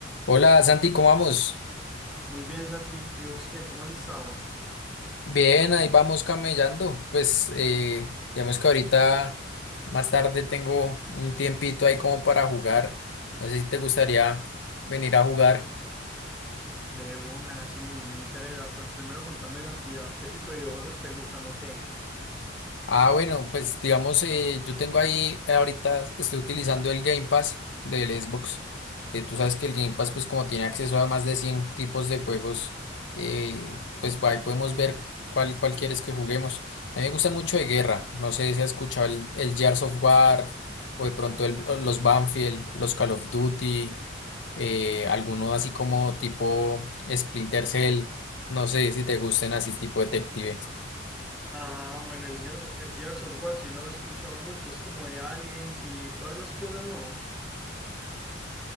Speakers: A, on the left; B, in the centre.
A: Hola Santi, ¿cómo vamos?
B: Muy bien, Santi. ¿Y vos qué? ¿Cómo has estado?
A: Bien, ahí vamos camellando. Pues eh, digamos que ahorita más tarde tengo un tiempito ahí como para jugar. No sé si te gustaría venir a jugar.
B: De una, sí, me interesa. Pero primero contame, Santi, ¿qué tipo de videojuegos te gustan o qué?
A: Ah, bueno, pues digamos, eh, yo tengo ahí, eh, ahorita estoy utilizando el Game Pass del Xbox. Eh, tú sabes que el Game Pass, pues como tiene acceso a más de 100 tipos de juegos, eh, pues ahí podemos ver cuál, cuál quieres que juguemos. A mí me gusta mucho de guerra. No sé si has escuchado el, el Gears of War o de pronto el- los Banfield, los Call of Duty, eh, alguno así como tipo Splinter Cell. No sé si te gusten así tipo detective.
B: Ah, bueno, el Gears, el Gears of War sí lo he escuchado mucho. Es como de aliens y todas esas cosas, ¿no?